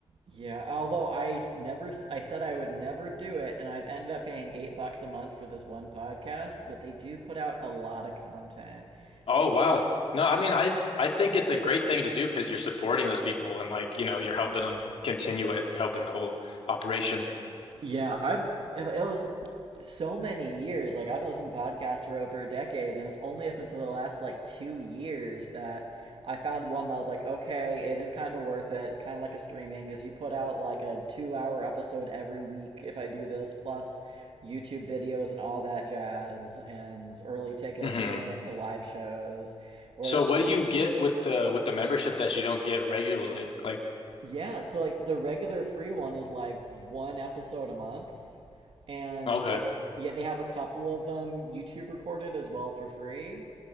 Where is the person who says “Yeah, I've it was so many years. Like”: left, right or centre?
Right